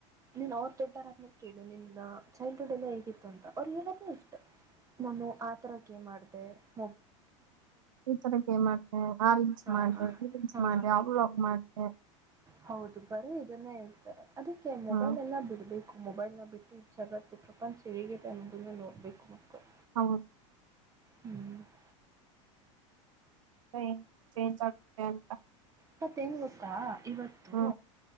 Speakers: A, on the right; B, on the right.
A: ನೀನ್ ಅವ್ರ ದೊಡ್ಡರ್ಮ ಕೇಳಡು ನಿನ್ನ ಚೈಲ್ಡ್ಡ್ ಎಲ್ಲ ಹೇಗಿತ್ತು ಅಂತ ಅವ್ರು ಹೇಳೋದ್ ಇಷ್ಟ ನಾನ ಆ ತರಕ್ಕೆ ಮಾಡ್ ಮತ್ತು
B: ಈ ತರಕ್ಕೆ ಏ ಮಾಡ್ತೆ ಆ ರೀಂಸ್
A: ಹಾ
B: ಮಾಡ್ದ ಈ ರೀನ್ಸ್
A: ಹಾ
B: ಮಾಡ್ದ ಅವಲಾಗ ಮಾಡ್್ದ
A: ಹೌದು ಬರೀ ಇದನ್ನೇ ಹೇಳ್ತಾರೆ ಅದಕ್ಕೆ ಮೊಬೈಲ್
B: ಹ್ಮ್
A: ಎಲ್ಲ ಬಿಡ್ಬೇಕು ಮೊಬೈಲ್ನ ಬಿಟ್ಟು ಜಗತ್ತು ಪ್ರಪಂಚ ಹೇಗಿದೆ ಅನ್ನೋದನ್ನ ನೋಡಬೇಕು ಮಕ್ಕಳು
B: ಹೌದ
A: ಹ್ಮ್ <unintelligible>
B: <inaudible>
A: ಮತ್ತೆ ಏನ್ ಗೊತ್ತಾ ಇವತ್ತು
B: ಹ್ಮ್